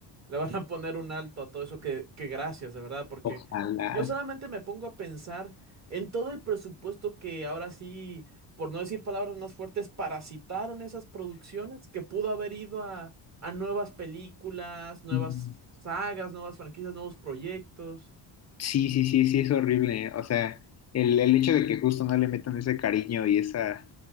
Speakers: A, on the right; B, on the left.
A: le van a poner un alto a todo eso que, que gracias, de verdad, porque
B: Ojalá.
A: yo solamente me pongo a pensar en todo el presupuesto que ahora sí, por no decir palabras más fuertes, parasitaron esas producciones que pudo haber ido a, a nuevas películas, nuevas
B: sí.
A: sagas, nuevas franquicias, nuevos proyectos.
B: Sí, sí, sí, sí, es horrible. O sea, el, el hecho de que justo no le metan ese cariño y esa,